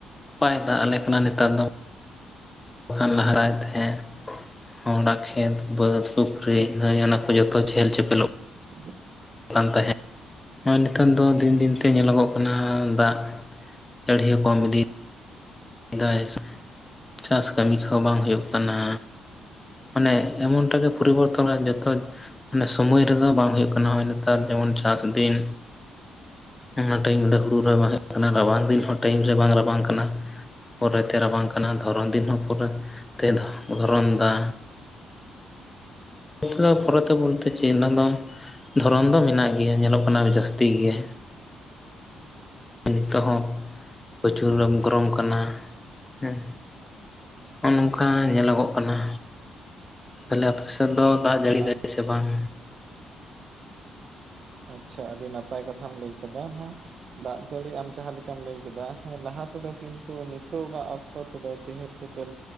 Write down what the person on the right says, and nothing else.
<inaudible>
ᱟᱪᱪᱷᱟ
ᱟᱪᱪᱷᱟ, ᱟᱹᱰᱤ ᱱᱟᱯᱟᱭ ᱠᱟᱛᱷᱟᱢ ᱞᱟᱹᱭ ᱠᱟᱫᱟ ᱱᱟᱜ᱾ ᱫᱟᱜ ᱡᱟᱹᱲᱤ ᱟᱢ ᱡᱟᱦᱟᱸ ᱞᱮᱠᱟᱢ ᱞᱟᱹᱭ ᱠᱮᱫᱟ, ᱦᱮᱸ ᱞᱟᱦᱟ ᱛᱮᱫᱚ ᱠᱤᱱᱛᱩ ᱱᱤᱛᱳᱜᱟᱜ ᱚᱠᱛᱚ ᱛᱮᱫᱚ ᱪᱮᱦᱮᱞ ᱪᱮᱯᱮᱞ